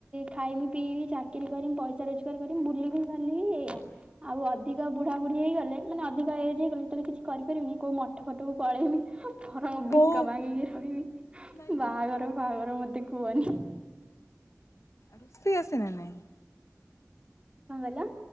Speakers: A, on the right; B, on the left.
A: ଖାଇମି ପିଇବି ଚାଟା ଚାକିରୀ କରିମି ପଇସା ରୋଜଗାର କରିମି ବୁଲିବି ବାଲିିବି ଏଇଆ। ଆଉ ଅଧିକ ବୁଢା ବୁଢୀ ହେଇଗଲେ ମାନେ ଅଧିକ ଏଜ ହେଇଗଲେ ଯେତବଳେ କିଛି କରିପାରିବିନି କୋଉ ମଠ ଫଟକୁ ପଳେଇମି। ବରଂ ଭିକ
B: ହଁ।
A: ମାଗିକି ରହିବି
B: ନାଇଁ
A: ବାହାଘର
B: ଭିକ
A: ବଫାହାଘର ମତେ କୁହନି।
B: ରୁଷେଇ ଆସେ ନା ନାଇଁ?
A: କଣ କଇଲ